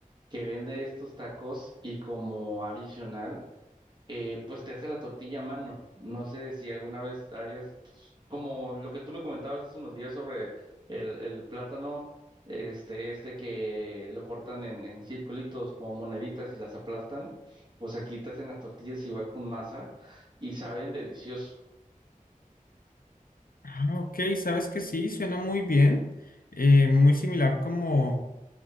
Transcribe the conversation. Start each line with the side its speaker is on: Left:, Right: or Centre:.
Right: que vende estos tacos y como adicional, eh, pues te hace la tortilla a mano. No sé si alguna vez hayas, pues, como lo que tú me comentabas hace unos días sobre el, el plátano, este, este que lo cortan en, en circulitos como moneditas y las aplastan, pues aquí te hacen las tortillas igual con masa y saben delicioso.
Left: Ah, ok, sabes que sí, suena muy bien. eh, muy similar como...